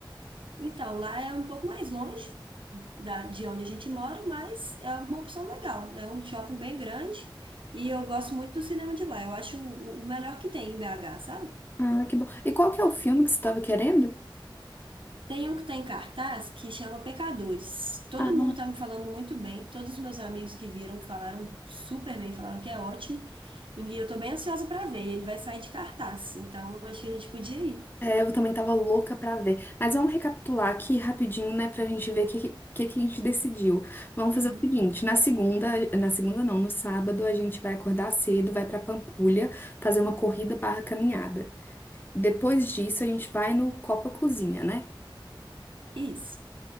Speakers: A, on the right (about 80°); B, on the left (about 25°).
A: Então, lá é um pouco mais longe da, de onde a gente mora, mas é uma opção legal. É um shopping bem grande e eu gosto muito do cinema de lá. Eu acho o, o melhor que tem em BH, sabe?
B: Ah, que bom. E qual que é o filme que você estava querendo?
A: Tem um que tem cartaz que chama Pecadores. Todo
B: Ah,
A: mundo tá me falando muito bem. Todos os meus amigos que viram falaram super bem, falaram que é ótimo. E eu tô bem ansiosa para ver. Ele vai sair de cartaz, então acho que a gente podia ir.
B: É, eu também tava louca pra ver. Mas vamos recapitular aqui rapidinho, né, pra gente ver o que, que, que a gente decidiu. Vamos
A: <laughs>
B: fazer o seguinte, na segunda, na segunda não, no sábado a gente vai acordar cedo, vai pra Pampulha fazer uma corrida barra caminhada. Depois disso a gente vai no Copa Cozinha, né?
A: Isso.